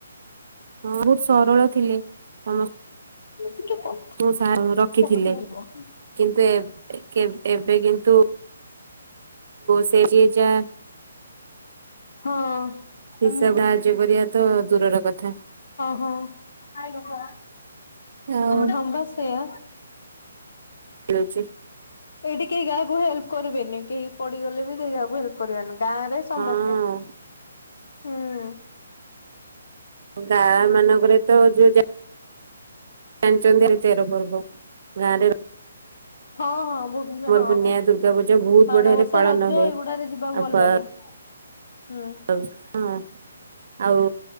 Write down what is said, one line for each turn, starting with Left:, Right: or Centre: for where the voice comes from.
Right: ହଁ ବହୁତ ସରଳ ଥିଲେ। ସମସ୍ତଙ୍କୁ
Left: ଟିକେ କଥା
Right: ସା
Left: ଯିବ
Right: ରଖିଥିଲେ
Left: କଟିଯିବ।
Right: କିନ୍ତୁ ଏ ଏବେ କିନ୍ତୁ ସେ ଯିଏ ଯାହା
Left: ହଁ
Right: ହିସାବ
Left: ଅ
Right: ସାହାଯ୍ୟ କରିବା ତ ଦୂରର କଥା
Left: ହଁ।
Right: ଆଉ
Left: ହଁ ବା ସେୟା।
Right: ମିଳୁଛି
Left: ଏଇଠି କେହି କାହାକୁ ହେଲ୍ପ କରିବେନି କେହି ପଡିଗଲେ ବି କେହି କାହାକୁ ହେଲ୍ପ କରିବେନି ଗାଁ ରେ ସମସ୍ତେ
Right: ହଁ
Left: ହୁଁ।
Right: ଗାଁ ମାନଙ୍କରେ ତ ଯୋଉ ଜାଣିଛନ୍ତି ତେର ପର୍ବ ଗାଁରେ
Left: ହଁ ହଁ ଭୁବ ହଁ
Right: ପୂର୍ଣ୍ଣିମା ଦୁର୍ଗା ପୂଜା ବହୁତ
Left: ମାଣବସା
Right: ବଢିଆରେ ପାଳନ
Left: ରଜ
Right: ହୁଏ
Left: ଏଇଗୁଡାରେ ଯିବାକୁ
Right: ଆଉ
Left: ଭଲ ଲାଗେ। ହୁଁ।
Right: ହଁ ଆଉ